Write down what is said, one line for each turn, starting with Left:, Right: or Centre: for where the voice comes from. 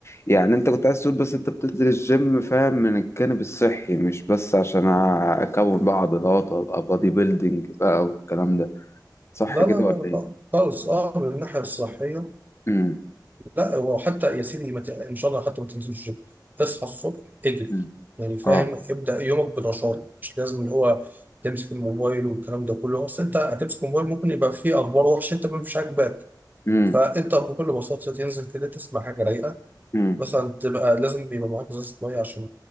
Left: يعني أنت كنت عايز تقول بس أنت بتنزل الجيم فاهم من الجانب الصحي مش بس عشان أكون بقى عضلات وأبقى بادي بيلدينج بقى والكلام ده صح
Right: لا
Left: كده
Right: لا لا
Left: ولا إيه؟
Right: لا، خالص اه من الناحيه الصحيه
Left: أمم
Right: لا هو حتى يا سيدي ما ت- ان شاء الله حتى ما تنزلش الجيم تصحى الصبح اجري
Left: أمم.
Right: يعني فاهم
Left: أه
Right: ابدا يومك بالرشاقه مش لازم اللي هو تمسك الموبايل والكلام ده كله اصل انت هتمسك الموبايل ممكن يبقى فيه اخبار وحشه انت مش عاجباك
Left: أمم
Right: فانت بكل بساطه تنزل كده تسمع حاجه رايقه
Left: أمم.
Right: مثلا تبقى لازم بيبقى معاك ازازه ميه عشان